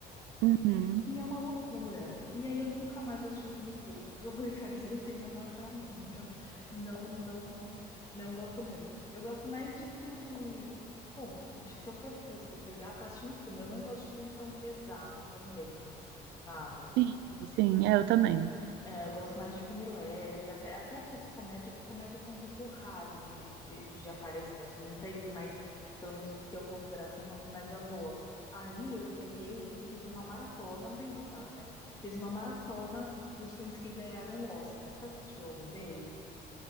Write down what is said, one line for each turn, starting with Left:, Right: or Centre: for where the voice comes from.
Right: uhum.
Left: E é uma loucura. E aí eu nunca mais assisti um filme cult, porque eu falei, cara, isso daqui não é pra mim. <laughs> Não, não, não gosto muito. Eu gosto mais de filmes tipo, se eu for, putz, vou pegar pra assistir um filme. Eu não gosto de filme tão pesado, tão denso assim, sabe?
Right: Sim, sim, é, eu também.
Left: É, eu gosto mais de filme leve, até, até putz, comédia, que comédia tá um pouco raro de, de, de aparecer, assim, não teve mais, pelo menos que eu considerasse nenhuma comédia boa. Aí eu peguei e fiz uma maratona, um tempo atrás, né? Fiz uma maratona dos filmes que ganharam o Oscar. Você assistiu algum deles?